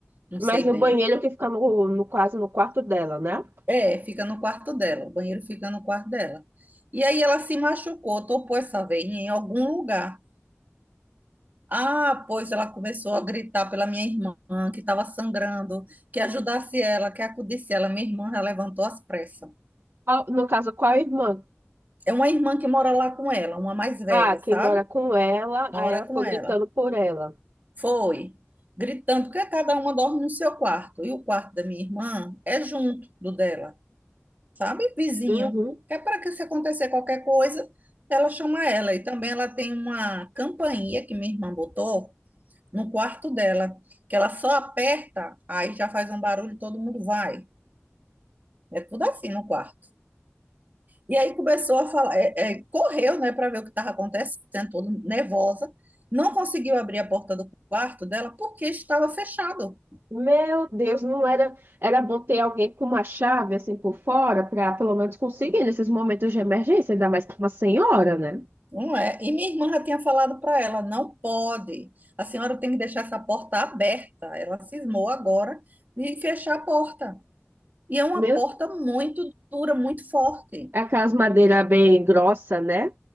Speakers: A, on the right (about 40°); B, on the right (about 55°).
A: não
B: Mas
A: sei
B: no
A: bem.
B: banheiro que fica no, no, quase no quarto dela, né?
A: É, fica no quarto dela, o banheiro fica no quarto dela. E aí ela se machucou, topou essa veinha em algum lugar. Ah, pois ela começou a gritar pela minha irmã, que estava sangrando, que ajudasse ela, que acudisse ela. Minha irmã já levantou às pressas.
B: Qual- No caso, qual irmã?
A: É uma irmã que mora lá com ela, uma mais velha,
B: Ah, quem
A: sabe?
B: mora com ela,
A: Mora
B: aí ela
A: com
B: ficou
A: ela.
B: gritando por ela.
A: Foi, gritando, porque cada uma dorme no seu quarto. E o quarto da minha irmã é junto do dela. sabe? Vizinho.
B: Uhum.
A: Que é para que se acontecer qualquer coisa, ela chama ela. E também ela tem uma campainha que minha irmã botou no quarto dela, que ela só aperta, aí já faz um barulho, e todo mundo vai. É tudo assim no quarto. E aí começou a falar, é, é, correu, né, para ver o que estava acontecendo, toda nervosa. Não conseguiu abrir a porta do quarto dela porque estava fechado.
B: Meu Deus, não era. Era bom ter alguém com uma chave assim por fora, para pelo menos conseguir nesses momentos de emergência, ainda mais que uma senhora, né?
A: Não é? E minha irmã já tinha falado para ela, não pode. A senhora tem que deixar essa porta aberta. Ela cismou agora de fechar a porta. E é uma
B: Meu,
A: porta muito dura, muito forte.
B: aquelas madeiras bem grossa, né?